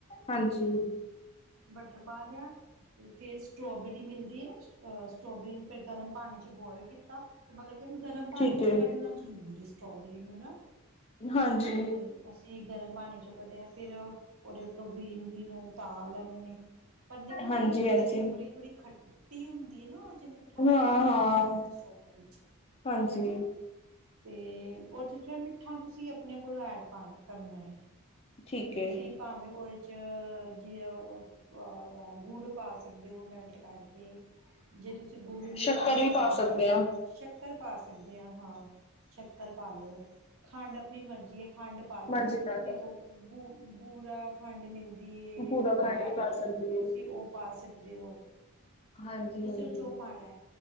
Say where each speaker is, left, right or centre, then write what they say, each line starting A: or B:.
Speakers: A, on the left; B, on the right.
A: ਹਾਂਜੀ
B: ਬਟਰ ਪਾ ਲਿਆ ਤੇ ਫਿਰ ਸਟ੍ਰੋਾਬੇਰੀ ਮਿਲਦੀ ਨਾ ਅ ਸਟੋਬੇਰੀ ਨੂੰ ਫਿਰ ਗਰਮ ਪਾਣੀ ਚ ਬੋਇਲ ਕੀਤਾ ਮਤਲਬ ਕਿਨੂੰ ਗਰਮ ਪਾਣੀ
A: ਠੀਕ
B: ਚੋਂ
A: ਹੈ।
B: ਕੱਢਣਾ ਜ਼ਰੂਰਰੀ ਸੀ ਸਟ੍ਰੋਬੇਰੀ ਨੂੰ ਨਾ
A: ਹਾਂਜੀ
B: ਤੇ ਅਸੀਂ ਗਰਮ ਪਾਣੀ ਚੋਂ ਕੱਢਿਆ ਫੇਿਰ ਉਹਦੇ ਉੱਪਰੋਂ ਗ੍ਰੀਨ ਗ੍ਰੀਨ ਉਤਾਰ ਲੈਣੇ ਨੇ ਪਰ ਦੇਖੋ
A: ਹਾਂਜੀ
B: ਜਿਵੇਂ
A: ਹਾਂਜੀ
B: ਸਟ੍ਰੋਬੇਰੀ ਥੋੜ੍ਹੀ ਖੱਟੀ ਹੁੰਦੀ ਏ ਨਾ ਉਹ ਜਿਵੇਂ ਮਿੱਠਾਪਨ
A: ਹਾਂ
B: ਘੱਟ
A: ਹਾਂ।
B: ਹੀ ਹੁੰਦਾ ਹੈ ਸਟ੍ਰੋਬੇਰੀ ਚ
A: ਹਾਂਜੀ
B: ਹਨਾ ਤੇ ਉਹ ਫਿਰ ਮਿੱਠਾ ਤੁਸੀਂ ਆਪਣੇ ਕੋਲੋਂ ਐਡ ਪਾਲ ਕਰਨਾ ਹੈ।
A: ਠੀਕ
B: ਤੁਸੀਂ
A: ਹੈ
B: ਭਾਵੇਂ ਆਇਲ ਚ ਜੈ ਓਹ ਭੋਰਾ ਗੁੜ ਪਾ ਸਕਦੇ ਹੋ ਮੈਲਟ ਕਰਕੇ ਜੇ ਤੁਸੀਂ ਗੁੜ ਨਹੀਂ
A: ਸ਼ੱਕਰ
B: ਪਾਣਾ ਚਾਂਦੇ
A: ਵੀ ਪਾ ਸਕਦੇ ਹਾਂ।
B: ਸ਼ੱਕਰ ਪਾ ਸਕਦੇ ਹਾਂ ਸ਼ੱਕਰ ਪਾ ਲੋ ਖੰਡ ਆਪਣੀ ਮਰਜ਼ੀ ਹੈ ਖੰਡ ਪਾ ਲੋ
A: ਮਰਜ਼ੀ ਨਾਲ
B: ਨਹੀਂ
A: ਪਾ
B: ਤ ਬੂ ਬੂਰਾ। ਖੰਡ ਮਿਲਦੀ ਹੈ
A: ਲਓ ਪੂਰਾ ਖੰਡ
B: ਵਾਈਟ,
A: ਵੀ ਪਾ ਸਕਦੀ
B: ਤੁਸੀਂ
A: ਹੈ।
B: ਉਹ ਪਾ ਸਕਦੇ ਹੋ।
A: ਹਾਂਜੀ
B: ਤੁਸੀਂ
A: ਹਾਂਜੀ।
B: ਓਹ ਚ ਓਹ ਪਾਣੈ